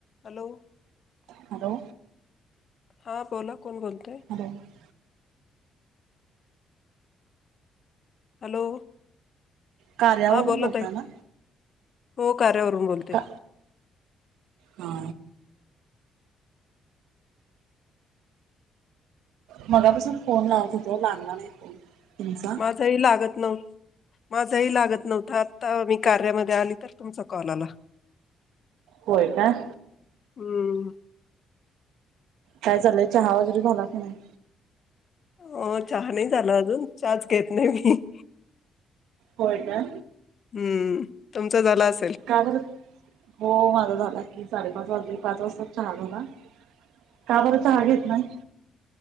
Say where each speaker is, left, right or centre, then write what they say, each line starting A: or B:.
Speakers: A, on the left; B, on the right.
A: Hello?
B: Hello?
A: हा, बोला, कोण बोलतय?
B: <unintelligible> <inaudible>
A: हॅलो?
B: कार्यावरून
A: हां बोला
B: बोलताय
A: ताई
B: ना?
A: हो, कार्यावरूनं बोलते.
B: का हा. मगापासून फोन लावत होतो, लागला नाही फोन तुमचा.
A: तरी लागत न माझाही लागतं नव्हतां, आतां मी कार्यामध्ये आली तर तुमचा कॉल आला.
B: होय काय?
A: हम्म!
B: काय चाललय? चहा वगैरे झालां की नाही?
A: हो, चहां नाही झाला अजून, चहाचं घेत नाही मीं.
B: होय का?
A: हम्म! तुमचा झाला असेल?
B: काय बर? हो माझा झाला की, साडेपाच वाजले, पाच वाजतां चहा झाला. का बर का घेतला नाही?